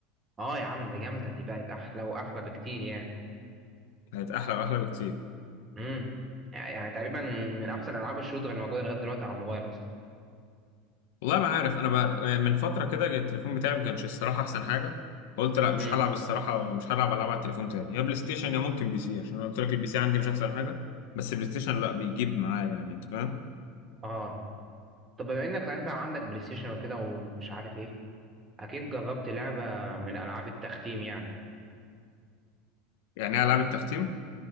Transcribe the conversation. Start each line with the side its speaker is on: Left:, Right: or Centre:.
Right: اه يا عم دي جامدة دي بقت احلى واحلى بكتير يعني
Left: هتبقى احلى واحلى بكتير
Right: امم يعني تقريبا من احسن العاب الشوتر اللي موجوده لغايه دلوقتي على الموبايل اصلا
Left: والله ما عارف انا بقى من فتره كده التليفون بتاعي ما كانش الصراحه احسن حاجه فقلت لا مش
Right: امم
Left: هلعب الصراحه مش هلعب العاب على التليفون تاني يا بلاي ستيشن يا ممكن بي سي عشان انا قلت لك البي سي عندي مش احسن حاجه بس بلاي ستيشن لا بيجيب معايا يعني انت فاهم
Right: اه طب بما انك صحيح بقى عندك بلاي ستيشن وكده ومش عارف ايه اكيد جربت لعبه من العاب التختيم يعني
Left: يعني ايه العاب التختيم